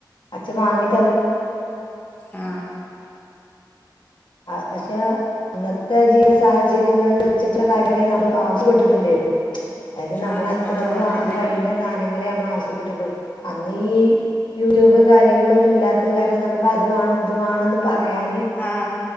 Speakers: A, on the left; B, on the left.
A: അച്ഛ വാങ്ങി
B: ആ
A: ആ പക്ഷെ ഉന്നത്തെ ജീത സാഹചര്യങ്ങളിൽ എ ചിട്ടുള്ള കാര്യങ്ങളെ നമ്മ ആവശ്യപ്പെട്ടു വണ്ടേരുന്നു അതായത് നമ്മളെ
B: ആഹ്
A: അച്ഛനൊക്കെ
B: ആഹ് അതന്നെ
A: വാങ്ങൻ കഴിയുന്ന സാധനങ്ങളേ നമ്മൾ ആവശ്യപ്പെട്ടിട്ടുള്ളു അന്ന് ഈ യൂട്യൂബ് കാര്യങ്ങളൊന്നും ഇല്ലാത്ത കാരണം നമുക്ക് അത് വേണം ഇതു വേണംന്ന് പറയാാന്
B: ആ